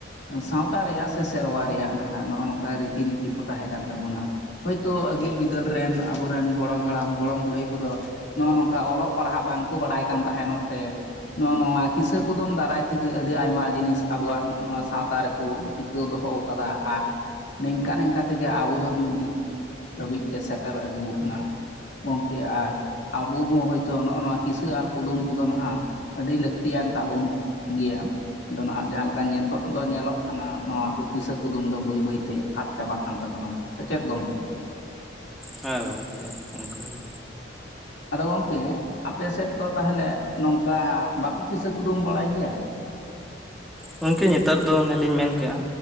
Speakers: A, on the left; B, in the centre.
A: ᱥᱟᱶᱛᱟ ᱨᱮᱭᱟᱜ ᱥᱮ ᱥᱮᱨᱣᱟ ᱨᱮᱭᱟᱜ ᱱᱟᱦᱟᱜ ᱱᱚᱜᱼᱚ ᱱᱚᱝᱠᱟ ᱨᱤᱛᱤ ᱱᱤᱛᱤ ᱠᱚ ᱛᱟᱦᱮᱸ ᱠᱟᱱ ᱛᱟᱵᱚᱱᱟ᱾ ᱦᱳᱭᱛᱳ ᱟᱹᱜᱤᱞ ᱵᱤᱫᱟᱹᱞ ᱨᱮᱱ ᱟᱵᱚᱨᱮᱱ ᱜᱚᱲᱚᱢ ᱦᱟᱲᱟᱢ ᱜᱚᱲᱚᱢ ᱵᱩᱲᱦᱤ ᱠᱚᱫᱚ ᱱᱚᱜᱼᱚ ᱱᱚᱝᱠᱟ ᱚᱞᱚᱜ ᱯᱟᱲᱦᱟᱜ ᱵᱟᱝᱠᱚ ᱵᱟᱲᱟᱭ ᱠᱟᱱ ᱛᱟᱦᱮᱸ ᱱᱚᱜ ᱛᱮ᱾ ᱱᱚᱜᱼᱚ ᱱᱚᱣᱟ ᱠᱤᱥᱟᱹ ᱠᱩᱫᱩᱢ ᱫᱟᱨᱟᱭ ᱛᱮᱜᱮ ᱟᱹᱰᱤ ᱟᱭᱢᱟ ᱡᱤᱱᱤᱥ ᱟᱵᱚᱣᱟᱜ ᱱᱚᱜᱼᱚ ᱱᱚᱣᱟ ᱥᱟᱶᱛᱟ ᱨᱮᱠᱚ ᱴᱤᱠᱟᱹᱣ ᱫᱚᱦᱚᱣ ᱠᱟᱫᱟ ᱟᱨ ᱱᱤᱝᱠᱟ ᱱᱤᱝᱠᱟ ᱛᱮᱜᱮ ᱟᱵᱚ ᱫᱷᱟᱹᱵᱤᱡ ᱱᱤᱛ ᱫᱷᱟᱹᱵᱤᱡ ᱛᱮ ᱥᱮᱴᱮᱨ ᱟᱹᱜᱩᱣ ᱠᱟᱱᱟ ᱜᱚᱢᱠᱮ ᱟᱨ ᱟᱵᱩ ᱦᱚᱸ ᱦᱳᱭᱛᱳ ᱱᱚᱜᱼᱚ ᱱᱚᱣᱟ ᱠᱤᱥᱟᱹ ᱟᱨ ᱠᱩᱫᱩᱢ ᱠᱚᱫᱚ ᱱᱟᱦᱟᱜ ᱟᱹᱰᱤ ᱞᱟᱹᱠᱛᱤᱭᱟᱱ ᱛᱟᱵᱚᱱ ᱜᱮᱭᱟ᱾ ᱟᱫᱚ ᱱᱟᱦᱟᱜ ᱡᱟᱦᱟᱸ ᱞᱮᱠᱟ ᱱᱤᱛᱚᱜ ᱫᱚ ᱧᱮᱞᱚᱜ ᱠᱟᱱᱟ ᱱᱚᱣᱟ ᱠᱚ ᱠᱤᱥᱟᱹ ᱠᱩᱫᱩᱢ ᱫᱚ ᱵᱟᱹᱭ ᱵᱟᱹᱭᱛᱮ ᱟᱫ ᱪᱟᱵᱟᱜ ᱠᱟᱱ ᱛᱟᱵᱚᱱᱟ᱾ ᱥᱮ ᱪᱮᱫ ᱜᱚᱝᱠᱮ?
B: ᱦᱮᱸ ᱜᱚᱝᱠᱮ ᱚᱱᱠᱟ ᱜᱤ᱾
A: ᱟᱫᱚ ᱜᱚᱝᱠᱮ ᱟᱯᱮ ᱥᱮᱫ ᱛᱚ ᱛᱟᱦᱚᱞᱮ ᱱᱚᱝᱠᱟ ᱵᱟᱠᱚ ᱠᱤᱥᱟᱹ ᱠᱩᱫᱩᱢ ᱵᱟᱲᱟᱭ ᱜᱮᱭᱟ?
B: ᱜᱚᱝᱠᱮ ᱱᱮᱛᱟᱨ ᱫᱚ ᱚᱱᱮ ᱞᱤᱧ ᱢᱮᱱᱠᱮᱜᱼᱟ